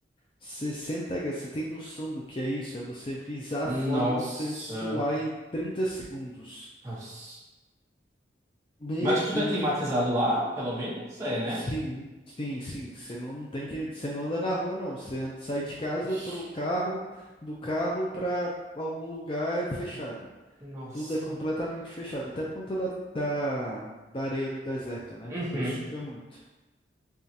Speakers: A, on the left; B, on the right.
A: Você senta, você tem noção do que é isso? É você pisar
B: Nossa,
A: fora, você suar em 30 segundos.
B: nossa.
A: Meu
B: Mas tudo
A: Deus
B: é climatizado
A: do céu.
B: lá, pelo menos é, né?
A: Sim, sim, sim. Você não tem que, você não anda na rua, não. Você anda- sai de casa
B: Ixi,
A: pro carro, do carro para algum lugar fechado.
B: Nossa.
A: Tudo é completamente fechado, até por conta da, da, da areia do deserto, né?
B: Uhum.
A: Porque suja muito.